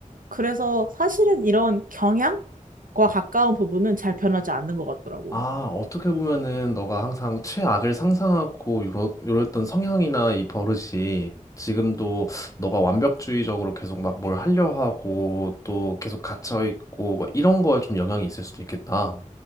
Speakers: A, on the right (about 80°); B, on the left (about 25°).
A: 그래서 사실은 이런 경향? 과 가까운 부분은 잘 변하지 않는 것 같더라고.
B: 아, 어떻게 보면은 너가 항상 최악을 상상하고 요러, 요랬던 성향이나 이 버릇이 지금도 너가 완벽주의적으로 계속 막 뭘 하려 하고 또 계속 갇혀있고 막 이런 거에 좀 영향이 있을 수도 있겠다.